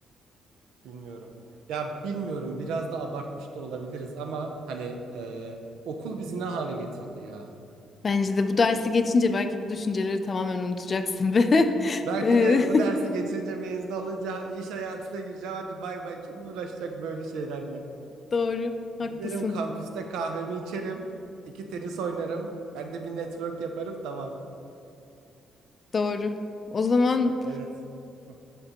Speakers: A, on the right; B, on the left.
A: bilmiyorum. Ya bilmiyorum biraz da abartmış da olabiliriz ama hani e, okul bizi ne hale getirdi ya.
B: Bence de bu dersi geçince belki bu düşünceleri tamamen unutacaksın ve <laughs>
A: Belki
B: Eee,
A: de bu dersi geçince mezun olunca iş hayatına gireceğim hadi bay bay kim uğraşacak böyle şeylerle.
B: doğru. Haklısın.
A: Giderim kampüste kahvemi içerim iki tenis oynarım ben de bir network yaparım tamam
B: Doğru. O zaman
A: evet. Heh.